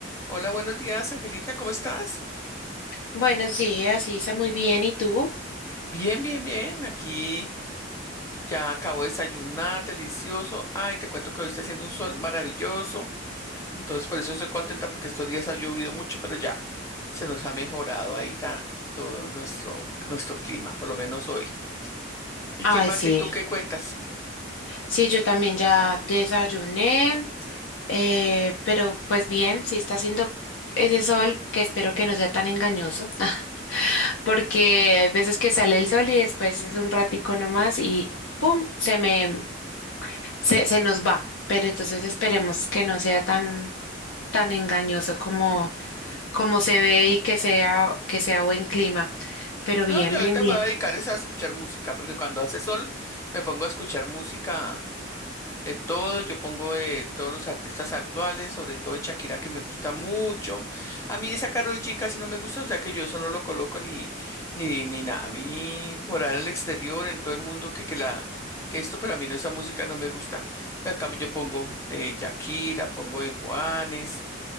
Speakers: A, on the left (about 15°); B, on the left (about 80°).
A: Hola, buenos días, Angelita, ¿cómo estás?
B: Buenos días, Isa, muy bien. ¿Y tú?
A: Bien, bien, bien. Aquí ya acabo de desayunar, delicioso. Ay, te cuento que hoy está haciendo un sol maravilloso. Entonces, por eso estoy contenta porque estos días ha llovido mucho, pero ya se nos ha mejorado ahí ta- todo nuestro, nuestro clima, por lo menos hoy. ¿Y
B: Ay,
A: qué más?
B: sí,
A: ¿Y tú qué cuentas?
B: sí, yo también ya desayuné, eh, pero pues bien, sí está haciendo ese sol que espero que no sea tan engañoso, <laughs> porque hay veces que sale el sol y después es un ratico nomás y ¡pum! se me, se, se nos va. Pero entonces esperemos que no sea tan, tan engañoso como, como se ve y que sea, que sea buen clima. Pero bien,
A: No, yo
B: bien,
A: ahorita
B: bien.
A: me voy a dedicar es a escuchar música, porque cuando hace sol me pongo a escuchar música eh, todo, yo pongo eh, todos los artistas actuales, sobre todo de Shakira que me gusta mucho. A mí esa Karol G casi no me gusta, o sea que yo eso no lo coloco ni, ni, ni nada. A mí por ahí en el exterior, en todo el mundo que, que la, que esto, pero a mí no esa música no me gusta. Pero en cambio yo pongo de Shakira, pongo de Juanes,